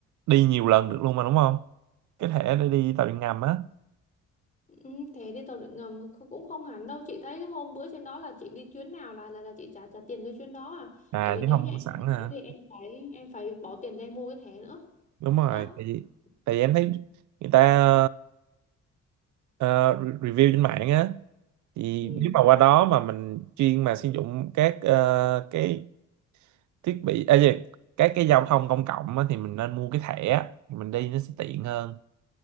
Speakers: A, on the right; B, on the left.
A: đi nhiều lần được luôn mà đúng không cái thẻ để đi tàu điện ngầm á
B: Ừ, thế đi tàu điện ngầm kh- cũng không hẳn đâu chị thấy cái hôm bữa trên đó là chị đi chuyến nào là là, là chị trả trả tiền cái chuyến đó à
A: à
B: tại vì
A: chứ
B: nếu
A: không
B: như
A: mua
B: em
A: sẵn
B: như
A: à
B: thế thì em phải em phải bỏ tiền ra em mua cái thẻ nữa
A: đúng rồi
B: đó
A: tại vì tại vì em
B: Ừ.
A: thấy người ta ờ, review trên mạng á thì
B: ừ.
A: nếu mà qua đó mà mình chuyên mà sử dụng các ờ, cái thiết bị à, gì các cái giao thông công cộng á, thì mình nên mua cái thẻ thì mình đi nó sẽ tiện hơn